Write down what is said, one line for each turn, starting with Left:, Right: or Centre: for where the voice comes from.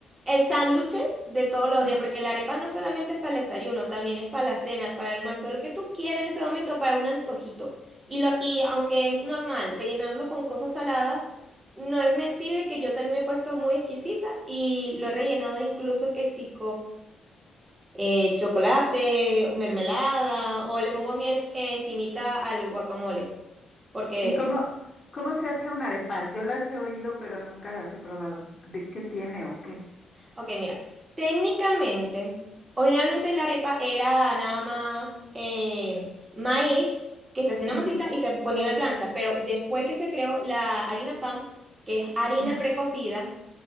Right: el sándwich de todos los
Left: Ujú.
Right: días, porque la arepa no solamente es para el desayuno, también es para la cena, para el almuerzo, lo que tú quieras en ese momento, para un antojito. Y, lo, y aunque es normal rellenarlo con cosas saladas, no es mentira que yo también me he puesto muy exquisita y lo he rellenado incluso que sí eh, chocolate, mermelada o le pongo miel encimita al guacamole. Porque,
Left: ¿Y cómo, cómo se hace una arepa? Yo las he oído, pero nunca las he probado. ¿De qué tiene o qué?
Right: ok, mira, técnicamente, originalmente la arepa era nada más eh, maíz que se hacía una
Left: Ujú,
Right: masita y se ponía en la plancha, pero después que se creó la harina pan, que es harina
Left: ujú,
Right: precocida,